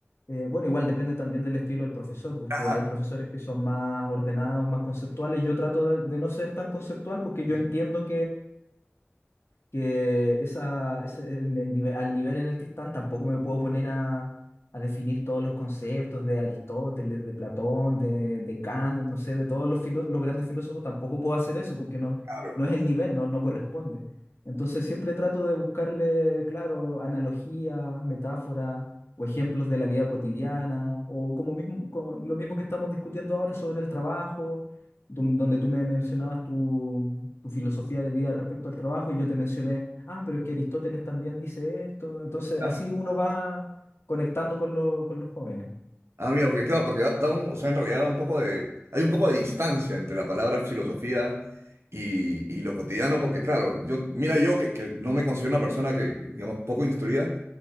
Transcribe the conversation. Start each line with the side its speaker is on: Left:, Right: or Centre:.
Left: eh, bueno, igual depende también del estilo del profesor, porque
Right: Ah,
Left: hay profesores que son más ordenados, más conceptuales. Yo trato de, de no ser tan conceptual porque yo
Right: Sí,
Left: entiendo que esa, ese- el- el nive- al nivel en el que están, tampoco me puedo poner a, a definir todos los conceptos de Aristóteles, de Platón, de, de Kant, no sé, de todos los, filo- los grandes filósofos, tampoco puedo hacer eso porque no,
Right: claro.
Left: no es el nivel, no, no corresponde. Entonces siempre trato de buscarle, claro, analogías, metáforas o ejemplos de la vida cotidiana, o como mismo, como lo mismo que estamos discutiendo ahora sobre el trabajo dun- donde tú me mencionabas tu, tu filosofía de vida respecto al trabajo y yo te mencioné, ah, pero es que Aristóteles también dice esto. Entonces,
Right: Claro.
Left: así uno va conectando con, lo- con los jóvenes.
Right: Ah, mira, porque claro, porque da, da un, o sea, en realidad da un poco de, hay un poco de distancia entre la palabra filosofía y, y lo cotidiano, porque claro, yo, mira, yo que, que no me considero una persona que, digamos, poco instruida,